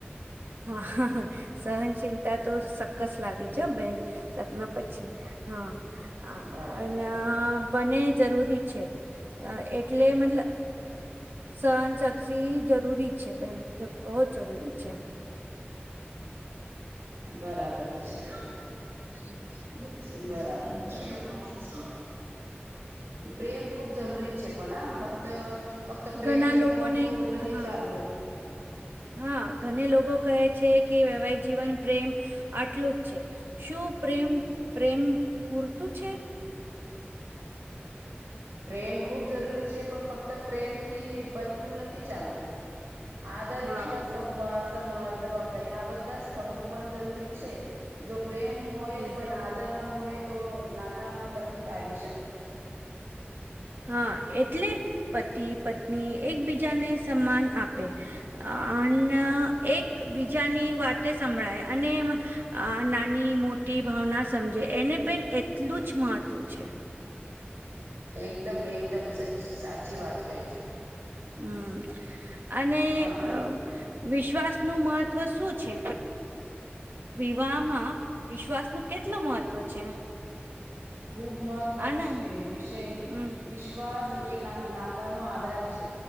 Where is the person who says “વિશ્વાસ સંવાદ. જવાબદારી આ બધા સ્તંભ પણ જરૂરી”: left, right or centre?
Right